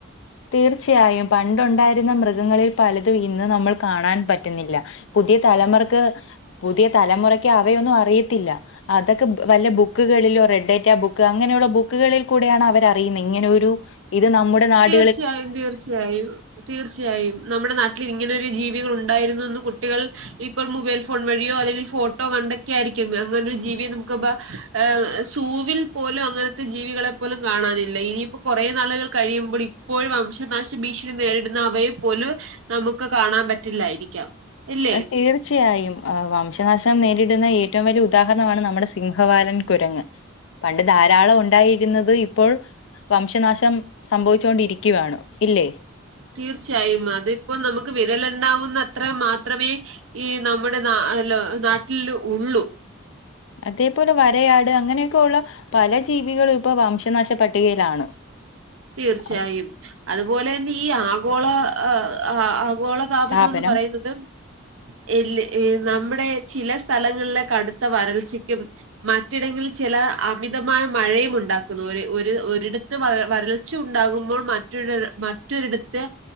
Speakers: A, on the left (about 65°); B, on the right (about 70°).
A: തീർച്ചയായും പണ്ട് ഉണ്ടായിരുന്ന മൃഗങ്ങളിൽ പലതും ഇന്ന് നമ്മൾ കാണാൻ പറ്റുന്നില്ല. പുതിയ തലമുറക്ക്, പുതിയ തലമുറയ്ക്ക് അവയൊന്നും അറിയത്തില്ല. അതൊക്കെ ബു വല്ല ബുക്കുകളിലോ റെഡ്ഡേക്ക ബുക്ക് അങ്ങനെയുള്ള ബുക്കുകളിൽ കൂടെയാണ് അവർ അറി അറിയുന്നേ ഇങ്ങനെ ഒരു ഇത് നമ്മുടെ നാട്
B: തീർച്ചയായും തീർച്ചയായും <unintelligible> തീർച്ചയായും നമ്മുടെ നാട്ടിൽ ഇങ്ങനൊരു ജീവികൾ ഉണ്ടായിരുന്നു എന്ന് കുട്ടികൾ ഇപ്പോൾ മൊബൈൽ ഫോൺ വഴിയോ അല്ലെങ്കിൽ ഫോട്ടോ കണ്ടൊക്കെ ആയിരിക്കും അങ്ങനൊരു ജീവിയെ നമുക്കിപ്പോ ഏഹ് സൂവിൽ പോലും അങ്ങനത്തെ ജീവികളെ പോലും കാണാനില്ല ഇനി പ്പോ കുറേ നാളുകൾ കഴിയുമ്പോൾ ഇപ്പോഴും വംശനാശ ഭീഷണി നേരിടുന്ന അവയെ പോലും നമുക്ക് കാണാൻ പറ്റില്ലായിരിക്കാം ഇല്ലേ
A: ആഹ തീർ ച്ചയായും ആഹ് വംശനാശം നേരിടുന്ന ഏറ്റവും വലിയ ഉദാഹരണമാണ് നമ്മുടെ സിംഹവാലൻ കുരങ്ങ് പണ്ട് ധാരാളം ഉണ്ടായിരുന്നത് ഇപ്പോൾ വംശനാശം സംഭവിച്ചുകൊണ്ടിരിക്കുവാണ് ഇല്ലേ
B: തീർച്ചയായും അതിപ്പോ നമുക്ക് വിരൽ എണ്ണാവുന്നത്ര മാത്രമേ ഈ നമ്മുടെ ന ലോ നാട്ടില് ഉള്ളൂ
A: അതേപോലെ വരയാട് അങ്ങനെയൊക്കെ ഉള്ള പല ജീവികളും ഇപ്പോ വംശനാശ പട്ടികയിലാണ്
B: തീർച്ചയായും
A: അഹ്
B: അതുപോലെ തന്നെ ഈ ആഗോള ആഹ് ആഗോള താപനം
A: സ്ഥാപനം
B: എന്ന് പറയുന്നത് എല്ല് ഏഹ് നമ്മുടെ ചില സ്ഥലങ്ങളിലെ കടുത്ത വരൾച്ചയ്ക്കും മറ്റിടങ്ങളിൽ ചെല അമിതമായ മഴയും ഉണ്ടാക്കുന്നു ഒര് ഒരു ഒരിടത്ത് വര വരൾ ച്ച ഉണ്ടാകുമ്പോൾ മറ്റൊരര് മറ്റൊരിടത്ത്